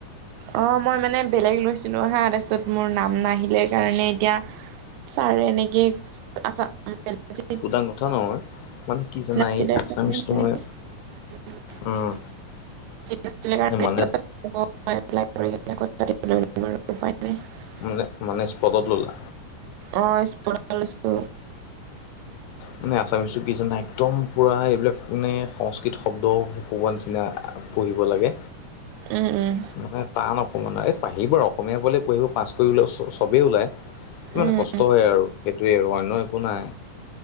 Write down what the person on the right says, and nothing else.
অঁ', মই মানে বেলেগ লৈছিলোঁ হাঁ, তাৰপছত মোৰ নাম নাহিলে কাৰণে এতিয়া ছাৰে এনেকেই আছাম।
<unintelligible>
<unintelligible>
দিব
ৰু
উপায় নাই।
অঁ, স্পতত লৈছো।
উম, উম,
উম